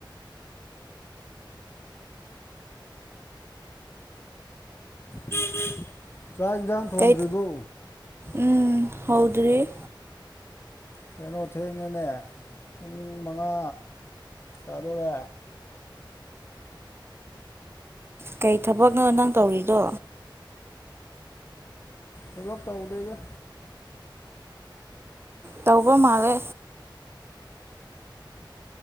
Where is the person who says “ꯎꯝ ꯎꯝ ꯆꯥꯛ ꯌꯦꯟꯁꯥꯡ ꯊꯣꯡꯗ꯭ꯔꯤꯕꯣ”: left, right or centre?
Left